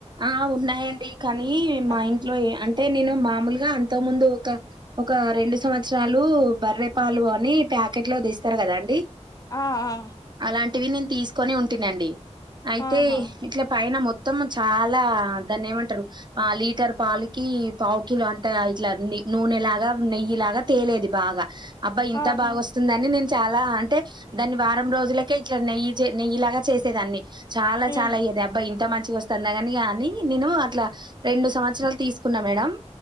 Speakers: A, on the right; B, on the left.
A: ఆ ఉన్నాయండి కానీ మా
B: అదే.
A: ఇంట్లో ఏ అంటే నేను మాములు గా అంతముందు ఒక ఒక రెండు సంవత్సరాలూ బర్రెపాలు అనీ ప్యాకెట్లోదేస్తార్ కదాండీ
B: ఆ ఆ ఆ
A: అలాంటివి నేను తీసుకొనే ఉంటినండి, అయితే
B: ఆహా
A: హ్ ఇట్ల పైన మొత్తం చాలా దాన్నేమంటరు ఆ లీటర్ పాలికీ పావుకిలో అంతా ఇట్లా నె నూ నూనె లాగా, నెయ్యిలాగా తేలేది బాగా అబ్బా ఇంత
B: ఆహా
A: బాగొస్తుందనే నేను చాలా అంటే, దాన్ని వారం రోజులకే ఇట్లా నెయ్యి చె నెయ్యిలాగా చేసేదాన్ని, చాలా
B: హ్మ్
A: చాలా అయ్యేది అబ్బా ఇంత మంచిగ వస్ తన్నగని కానీ నేనూ అట్లా రెండు సంవత్సరాలు తీసుకున్నా మేడం